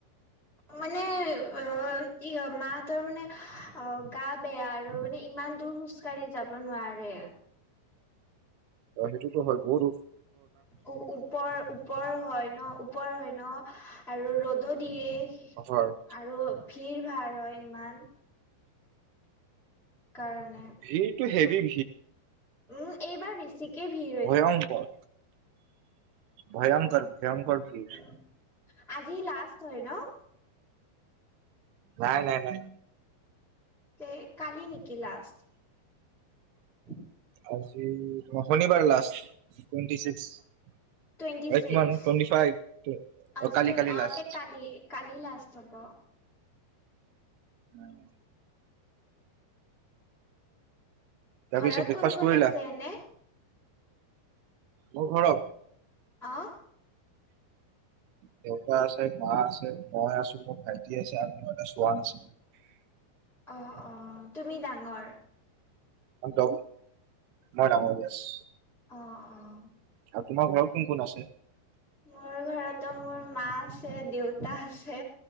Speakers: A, in the centre; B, on the right (about 80°).
A: মানে অহ, ই-মাহঁতৰ মানে অহ, গা বেয়া আৰু মানে ইমান দূৰ খোজ কালি যাব নোৱাৰে।
B: অহ', সেইটোতো হয় বহু দূৰ।
A: উম' ওপৰ ওপৰ হয় ন ওপৰ হয় ন। আৰু ৰ'দো দিয়ে।
B: অহ' হয়।
A: আৰু ভিৰ <unintelligible> হয় ইমান কাৰণে
B: ভিৰটো হেভি
A: উম' এইবাৰ বিছ চিকে ভি
B: ভয়ংকৰ, ভয়ংকৰ, ভয়ংকৰ ভিৰ
A: <unintelligible> আজি লাষ্ট হয় ন'
B: নাই, নাই, নাই।
A: এই কালিনেকি লাষ্ট। উম <inaudible>
B: আজি শনিবাৰে লাষ্ট টুৱেন্টি ছিক্স।
A: টুৱেণ্টি
B: এই
A: ছিক্স
B: কিমান টুৱেন্টি ফাইভ
A: আজি
B: কালি কালি
A: অ
B: লাষ্ট।
A: তে কালি কালি লাষ্ট হ'ব।
B: উম' <inaudible> তাৰপিছত
A: ঘৰত
B: ব্ৰেকফাষ্ট
A: কোন কোন
B: কৰিলা?
A: আছে এনে
B: মোৰ ঘৰত।
A: অহ'
B: দেউতা আছে, মা আছে, মই আছো, মোৰ ভাইটি আছে আৰু মোৰ এটা চোৱান আছে।
A: অ' অ' তুমি ডাঙৰ।
B: মাত্ৰ মই ডাঙৰ ইএচ্।
A: অহ', অহ'।
B: আৰু তোমাৰ ঘৰত কোন কোন আছে?
A: মোৰ ঘৰতো মোৰ মা আছে দেউতা আছে।